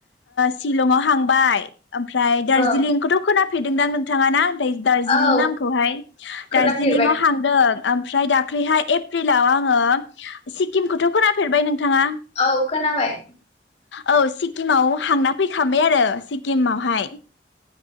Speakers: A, on the left; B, on the left.
A: शिलंआव हांबाय ओमफ्राय दार्जिलिंखौथ'
B: ओ
A: खोनाफेरदोंदां नोंथाङा ना दार्जिलिं
B: औ
A: नामखौहाय
B: खोनाफेरबाय
A: दार्जिलिंआव हांदों ओमफ्राय दाख्लैहाय एप्रिल लाव आङो सिकिम खौथ' खोनाफेरबाय नोंथाङा?
B: औ खोनाबाय
A: औ सिक्किमाव हांना फैखाबाय आरो सिक्किमावहाय ।